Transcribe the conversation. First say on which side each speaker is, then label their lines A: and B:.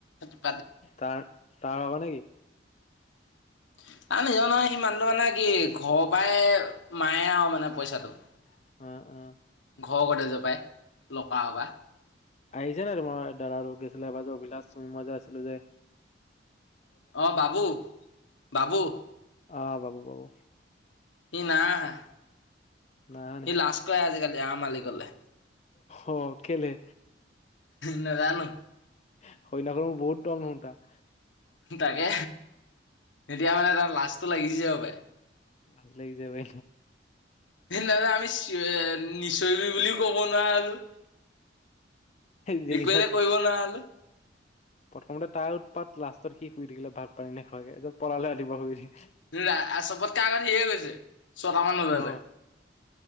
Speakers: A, on the left; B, on the left.
A: পিত
B: তাৰ তাৰ হব নেকি?
A: <unintelligible>
B: অ', অ,।
A: <unintelligible>
B: আহিছে ন তমাৰ দাল ৰ গৈছিলে <unintelligible>
A: অ বাবু', বাবু,।
B: অ বাবু', বাবু,।
A: <unintelligible>
B: নাহা নি
A: স লাষ্ট ক আজিকালি <unintelligible>
B: অ কেলে?
A: নাজানো
B: <unintelligible>
A: তাকে। তেতিয়া মানে তাৰ লা <unintelligible>
B: লাজ লাগিছে বে
A: সেইদিনা যে ' আমি চিঞ নিঞৰিবি বুলিও কব নোৱাৰা হলো।
B: যিকেইটা
A: একোয়ে
B: আছে
A: যে কৰিব নোৱাৰা হলো?
B: প্ৰথমতে তাৰ উৎপাত লাষ্টত সি শুই থাকিলে ভাত পানী নেখোৱাকে এ পলালে ৰাতিপুৱা শুই উঠি।
A: <inaudible> চবতকে আগত সিয়ে গৈছে ছট মান বজাতে।
B: অ